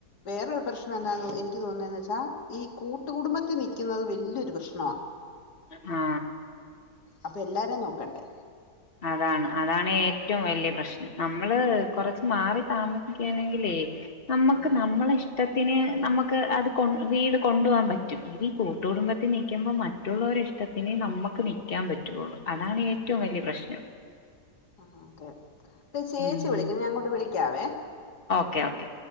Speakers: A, on the left (about 75°); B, on the left (about 35°).
A: വേറൊരു പ്രശ്നം എന്താ എനിക്ക് തോന്നിയന്ന് വച്ചാ ഈ കൂട്ടുകുടുംബത്തിൽ നിൽക്കുന്നത് വലിയൊരു പ്രശ്നമാ
B: ആ
A: അപ്പൊ എല്ലാരും നോക്കണ്ടേ
B: അതാണ് അതാണ് ഏ..... റ്റവും വലിയ പ്രശ്നം നമ്മള് കൊറച്ച് മാറി താമസിക്കയാണെങ്കിലേ..... നമക്ക്
A: ഉം
B: നമ്മളെ ഇഷ്ട ഇത്തിന് നമുക്ക് അത് കൊ വീട് കൊണ്ടുപ പോകാൻ പറ്റും ഇഈ ഈ കൂട്ടുകടുംബത്തിൽ നിൽക്കുമ്പോൾ മറ്റുള്ളവരു ഇഷ്ടത്തിന് നമുക്ക് നിൽക്കാൻ പറ്റുകുള്ളു അതാണ് ഏറ്റവും വലിയ പ്രശ്നം
A: ആ അതെ ഇ ചേച്ചി
B: ഉം
A: വിളിക്കുന്നു ഞാൻങ്ങോട്ട് വിളിക്കാവേ
B: ക്കെ ഓക്കെ